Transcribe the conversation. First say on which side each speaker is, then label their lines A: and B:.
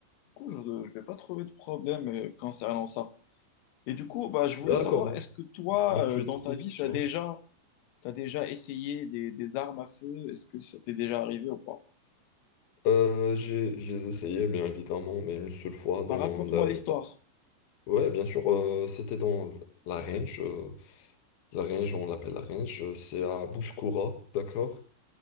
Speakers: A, on the left (about 85°); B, on the left (about 55°).
A: Du coup, je ne vais pas trouver de problème euh, concernant ça. Et du coup, bah, je voulais
B: D'accord,
A: savoir,
B: donc,
A: est-ce que toi,
B: donc
A: euh,
B: tu es
A: dans
B: trop
A: ta
B: riche,
A: vie, tu as
B: hein.
A: déjà, t'as déjà essayé des, des armes à feu? Est-ce que ça t'est déjà arrivé ou pas?
B: Euh, j'ai, je les essayais, bien évidemment, mais une seule fois dans
A: Enfin, raconte-moi
B: la...
A: l'histoire.
B: la- Ouais, bien sûr, euh, c'était dans la range. euh, la range, on l'appelle la range. euh, C'est à Bouskoura, d'accord?